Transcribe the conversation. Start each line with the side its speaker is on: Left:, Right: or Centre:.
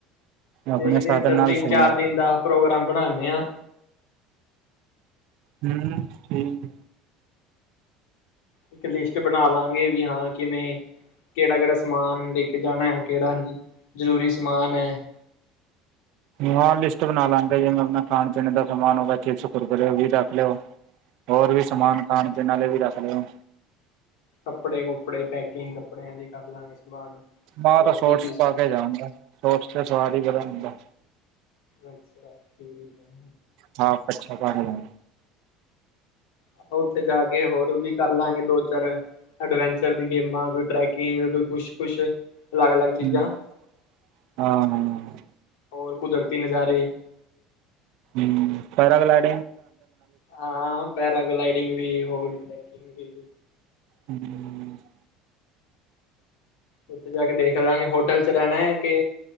Right: ਆਪਣੇ
Left: ਦੇਖਦੇ
Right: ਸਾਧਨ
Left: ਆ ਚੱਲ,
Right: ਨਾਲ
Left: ਤਿੰਨ-ਚਾਰ
Right: ਸਹੀ ਹੈ
Left: ਦਿਨ ਦਾ ਪ੍ਰੋਗਰਾਮ ਬਣਾਉਂਦੇ ਹਾਂ।
Right: ਹੂੰ ਠੀਕ-
Left: ਇੱਕ ਲਿਸਟ ਬਣਾ ਲਾਂਗੇ ਵੀ ਹਾਂ ਕਿਵੇਂ? ਕਿਹੜਾ-ਕਿਹੜਾ ਸਮਾਨ ਲੈ ਕੇ ਜਾਣਾ ਹੈ, ਕਿਹੜਾ ਜ਼ਰੂਰੀ ਸਮਾਨ ਹੈ?
Right: ਹਾਂ, ਲਿਸਟ ਬਣਾ ਲਾਂਗੇ ਜਿਵੇਂ ਆਪਣਾ ਖਾਣ-ਪੀਣ ਦਾ ਸਮਾਨ ਹੋ ਗਿਆ, ਚਿਪਸ, ਕੁਰਕੁਰੇ ਉਹ ਵੀ ਰੱਖ ਲਿਓ। ਹੋਰ
Left: ਹਾਂਜੀ
Right: ਵੀ ਸਮਾਨ, ਖਾਣ ਦੇ ਨਾਲੇ ਵੀ ਰੱਖ ਲਿਓ।
Left: ਕੱਪੜੇ-ਕੁਪੜੇ ਪੈਕਿੰਗ, ਕੱਪੜਿਆਂ ਦੀ ਕਰ ਲਾਂਗੇ, ਸਮਾਨ।
Right: ਮੈਂ
Left: ਹੋਰ
Right: ਤਾਂ ਸੋਟਸ
Left: ਜ਼ਰੂਰੀ
Right: ਪਾ ਕੇ ਜਾਾਂਗਾ, ਸੋਰਟਸ ਤੇ ਸਵਾਦ ਹੀ ਬੜਾ ਹੁੰਦਾ।
Left: ਅੱਛਾ, ਠੀਕ ਹੈ।
Right: ਹਾਂ, ਅੱਛਾ ਗ। <unintelligible>
Left: ਆਪਾਂ ਉੱਥੇ ਜਾ ਕੇ ਹੋਰ ਵੀ ਕਰ ਲਾਂਗੇ, ਦੋ ਚਾਰ। ਅਡਵੈਂਚਰ ਦੀ ਗੇਮਾਂ, ਕੋਈ ਟਰੈਕਿੰਗ, ਕੋਈ ਕੁਛ-ਕੁਛ। ਅਲੱਗ-ਅਲੱਗ ਚੀਜ਼ਾਂ,
Right: ਹੂੰ ਹਾਂ ਹਾਂ।
Left: ਹੋਰ ਕੁਦਰਤੀ ਨਜ਼ਾਰੇ।
Right: ਹਮ ਫਰਗ ਲ। <unintelligible>
Left: ਹਾਂ, ਪੈਰਾਗਲਾਈਡਿੰਗ ਵੀ, ਹੋਰ ਟੈਕਿੰਗ ਵੀ।
Right: ਹਮ। <unintelligible>
Left: ਉੱਥੇ ਜਾ ਕੇ ਦੇਖ ਲਾਂਗੇ, ਹੋਟਲ 'ਚ ਰਹਿਣਾ ਹੈ ਕਿ